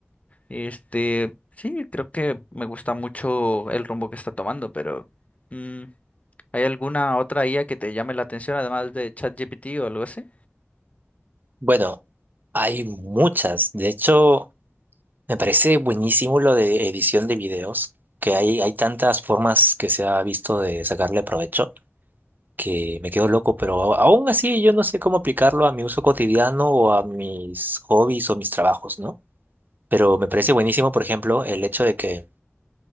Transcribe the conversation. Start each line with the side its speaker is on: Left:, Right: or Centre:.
Left: Este, sí, creo que me gusta mucho el rumbo que está tomando, pero mm, ¿hay alguna otra IA que te llame la atención además de ChatGPT o algo así?
Right: Bueno, hay muchas. De hecho, me parece buenísimo lo de edición de videos, que hay, hay tantas formas que se ha visto de sacarle provecho. que me quedo loco, pero a- aún así yo no sé cómo aplicarlo a mi uso cotidiano o a mis hobbies o mis trabajos, ¿no? Pero me parece buenísimo, por ejemplo, el hecho de que